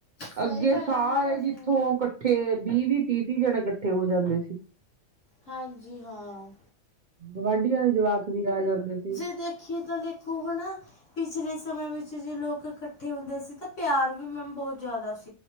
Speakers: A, on the left; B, on the right.
A: ਸਹੀ
B: ਅੱਗੇ
A: ਗੱਲ
B: ਸਾਰੇ
A: ਆ ਹਾਂਜੀ
B: ਜਿੱਥੋਂ
A: ਹਾਂ
B: ਕੱਠੇ ਵੀਹ-ਵੀਹ ਤੀਹ-ਤੀਹ ਜਣੇ ਇਕੱਠੇ ਹੋ ਜਾਂਦੇ ਸੀ।
A: ਹਾਂਜੀ ਹਾਂ।
B: ਗਵਾਂਢੀਆਂ ਦੇ ਜਵਾਕ ਵੀ ਆ ਜਾਂਦੇ ਸੀ।
A: ਦੇਖੀਆ ਤਾਂ ਦੇਖੋ ਹੈਨਾ। ਪਿਛਲੇ ਸਮੇਂ ਵਿੱਚ ਜੇ ਲੋਕ ਇਕੱਠੇ ਹੁੰਦੇ ਸੀ ਤਾਂ ਪਿਆਰ ਵੀ ਮੈਮ ਬਹੁਤ ਜ਼ਿਆਦਾ ਸੀ।